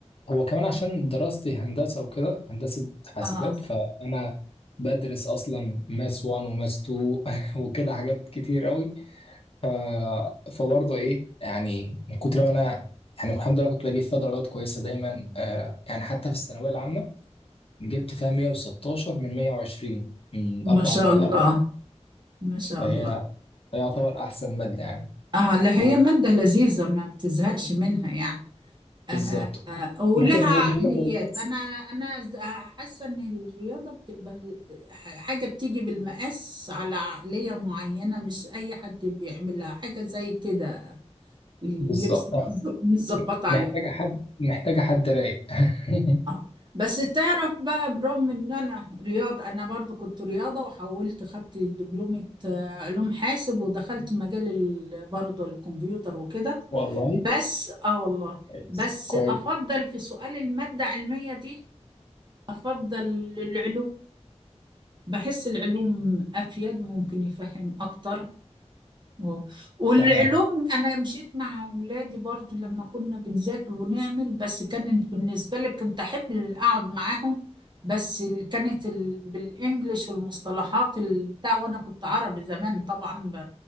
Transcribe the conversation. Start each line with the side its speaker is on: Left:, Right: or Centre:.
Left: هو كمان عشان دراستي هندسة وكده هندسة حاسبات
Right: اه
Left: فأنا بدرس أصلا ماس 1 وماس 2 <laughs> وكده حاجات كتير أوي ف... فبرضه إيه يعني من كتر ما أنا يعني الحمد لله كنت بجيب فيها درجات كويسة دايما آه يعني حتى في الثانوية العامة جبت فيها 116 من 120 من
Right: ما
Left: أربع
Right: شاء
Left: مواد
Right: الله
Left: أربع
Right: ما شاء
Left: فهي
Right: الله
Left: فهي يعتبر أحسن مادة يعني
Right: اه لا
Left: و-
Right: هي مادة لذيذة ما بتزهقش منها يعني آه
Left: بالظبط
Right: ولها
Left: ممكن
Right: عقليات
Left: نقول يلا بس
Right: انا انا ز- حاسة ان الرياضة بتبقى ح- حاجة بتيجي بالمقاس على عقلية معينة مش اي حد بيعملها حاجة زي كده لبس
Left: بالظبط
Right: متظبط عليه
Left: محتاجة حد محتاجة حد رايق <laughs>
Right: اه بس تعرف بقى برغم ان انا رياضة انا برضو كنت رياضة وحولت خدت دبلومة آه، علوم حاسب ودخلت مجال ال- برضو الكمبيوتر وكده
Left: والله
Right: بس اه والله
Left: كويس
Right: بس
Left: كويس
Right: افضل في سؤال المادة العلمية دي افضل العلوم بحس العلوم افيد ممكن يفهم اكتر اه والعلوم
Left: تمام
Right: انا مشيت مع اولادي برضو لما كنا بنذاكر ونعمل بس كانت بالنسبه لي كنت احب ال- اقعد معاهم بس ال- كانت ال... بالانجلش والمصطلحات ال- بتاع وانا كنت عربي زمان طبعا ب...